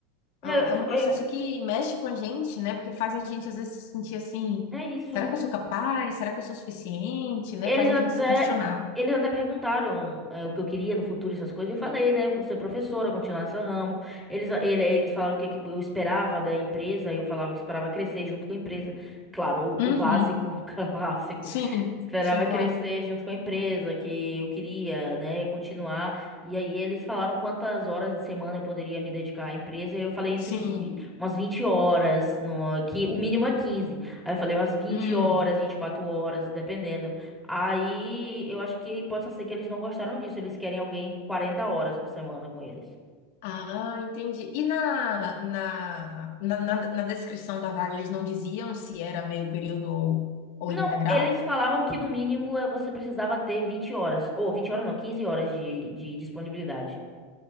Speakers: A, in the centre; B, on the left (about 60°).
A: Eu,
B: É é um processo
A: eu-
B: que mexe com a gente, né? Porque faz a gente às vezes se sentir assim,
A: é isso.
B: será que eu sou capaz? Será que eu sou suficiente? Né?
A: Eles
B: Faz
A: até,
B: a gente se questionar.
A: eles até perguntaram é, o que eu queria no futuro, essas coisas. Eu falei, né? eu quero Ser professora, continuar nesse ramo. Eles, ele- eles falaram o que, que eu esperava da empresa. Eu falava que esperava crescer junto com a empresa. Claro, o,
B: Uhum.
A: o básico, <laughs> o clássico.
B: Sim,
A: Esperava
B: sim,
A: crescer
B: claro.
A: junto com a empresa, que eu queria, né, continuar. E aí eles falaram quantas horas de semana eu poderia me dedicar à empresa. E eu falei entre
B: Sim.
A: vi- umas 20 horas, no, que o mínimo é quinze Aí eu falei umas vinte
B: Hum.
A: horas, 24 horas, dependendo. Aí eu acho que pode ser que eles não gostaram disso. Eles querem alguém 40 horas por semana com eles.
B: Ah, entendi. E na, na, na, na, na descrição da vaga, eles não diziam se era meio período ou, ou
A: Não,
B: integral?
A: eles falavam que no mínimo eh, você precisava ter 20 horas. Ou 20 horas não, quinze horas de, de disponibilidade.